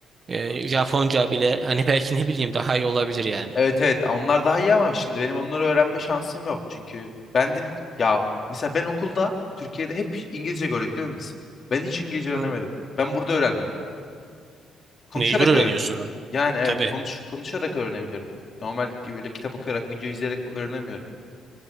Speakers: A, on the right; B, on the left.
A: e, Japonca bile hani belki ne bileyim daha iyi olabilir yani.
B: Evet evet onlar daha iyi ama şimdi benim onları öğrenme şansım yok. Çünkü ben dil ya mesela ben okulda Türkiye'de hep İngilizce gördük değil mi biz? Ben hiç İngilizce öğrenemedim.
A: Hı.
B: Ben burada öğrendim. Konuşarak
A: Mecbur öğreniyorsun
B: öğren
A: orada.
B: yani evet
A: Tabii.
B: konuş konuşarak öğrenebiliyorum. Normal ki böyle kitap okuyarak video izleyerek öğrenemiyorum.